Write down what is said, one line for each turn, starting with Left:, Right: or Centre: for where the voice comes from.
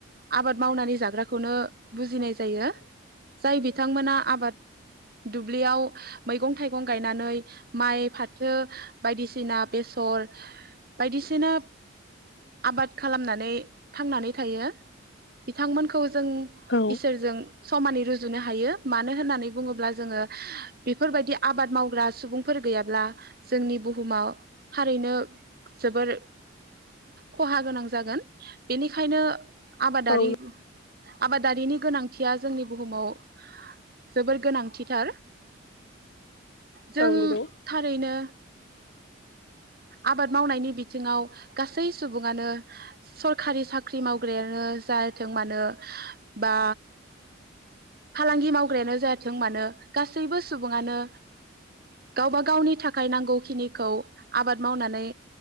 Right: आबाद मावनानै जाग्राखौनो बुजिनाय जायो जाय बिथांमोना आबाद दुब्लियाव मैगं थाइगं गायनानै माइ फाथो बायदिसिना बेसर बायदिसिना आबाद खालामनानै थांनानै थायो बिथांमोनखौ जों
Left: औ
Right: इसोरजों समानै रुजुनो हायो मानो होननानै बुङोब्ला जोङो बेफोरबायदि आबाद मावग्रा सुबुंफोर गैयाब्ला जोंनि बुहुमाव थारैनो जोबोर खहा गोनां जागोन बेनिखायनो। आबादारि
Left: औ नंगौ
Right: आबादारिनि गोनांथिया जोंनि बुहुमाव जोबोर गोनांथिथार। जों
Left: औ नंगौ
Right: थारैनो आबाद मावनायनि बिथिङाव गासै सुबुङानो सरखारि साख्रि मावग्रायानो जाथों मानो बा फालांगि मावग्रायानो जाथों मानो गासैबो सुबुङानो गावबा गावनि थाखाय नांगौ खिनिखौ आबाद मावनानै